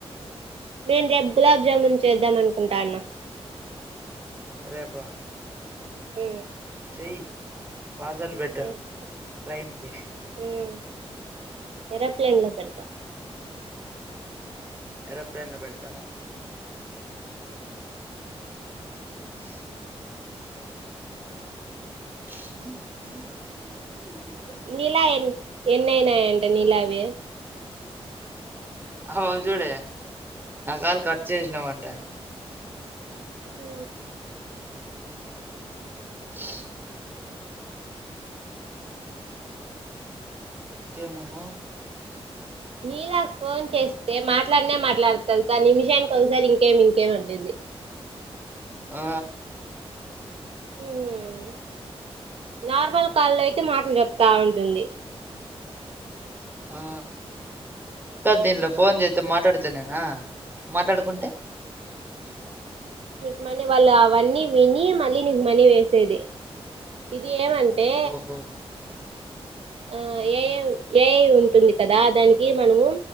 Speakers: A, on the right (about 65°); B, on the right (about 20°).
A: నేను రేపు గులాబ్ జామున్ చేద్దాం అనుకుంటాన్నా
B: రేపా
A: ఉ
B: చెయ్ పార్సల్ వెట్టూ
A: చేస్తా
B: ట్రైన్ కి
A: ఉమ్ ఏరోప్లేన్ లో పెడతా
B: ఉ ఏరొప్లేన్ లో పెడతావా హ
A: నీలా ఎన్ ఎన్నైనాయంట నీలా వి
B: <unintelligible> చూడీ నా కాళ్ కట్ చేసినవంటాంది
A: ఉ
B: ఓ ఇంకేమ్ నమొ
A: నీలా క్ ఫోన్ చేస్తే మాట్లాన్నే మాట్లాడతాది కాని నిమిషానికి కొగసారి ఇంకేమ్ ఇంకేమ్ అంటుద్ది
B: ఆ
A: ఉమ్ నార్మల్ కాల్లో అయితే మాట్లు జొప్తా ఉంటుంది
B: ఆ కాద్ దీనిలో ఫోన్ జేత్తే మాట్లాడితేనేనా మాట్లాడకుంటే
A: నీకి మనీ వాళ్ళు అవన్నీ విని మళ్ళీ నీకు మనీ వేసేది ఇది ఏమంటే
B: ఓహో
A: ఆ ఏ ఐ వు ఏఐ ఉంటుంది కదా దానికి మనము